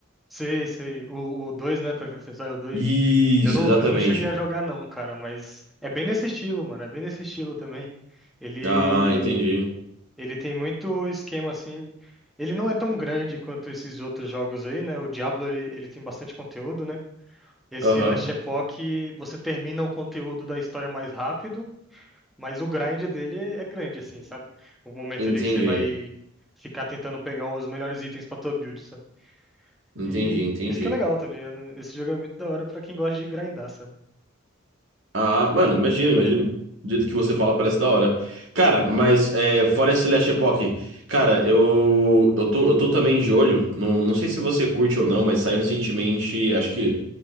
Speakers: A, in the centre; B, on the right.
A: Sei, sei. O, o dois né? Pra pensar, o dois
B: Isso,
A: Eu não,
B: exatamente.
A: eu não cheguei a jogar, não, cara, mas é bem nesse estilo, mano. É bem nesse estilo também. Ele,
B: Ah, entendi.
A: ele tem muito esquema assim. Ele não é tão grande quanto esses outros jogos aí, né? O Diablo, ele, ele tem bastante conteúdo, né? Esse
B: Aham,
A: Last Epoch, você termina o conteúdo da história mais rápido. Mas o grind dele é grande, assim, sabe? O momento
B: entendi.
A: ali que você vai ficar tentando pegar os melhores itens pra tua build, sabe?
B: Entendi,
A: E
B: entendi.
A: isso que é legal, tá ligado? Esse jogo é muito da hora pra quem gosta de grindar, sabe?
B: Ah, mano, imagino, imagino. Do jeito que você fala, parece da hora. Cara, mas
A: É.
B: é, fora esse Last Epoch, cara, eu, eu tô, eu tô também de olho. Não, não sei se você curte ou não, mas saiu recentemente, acho que.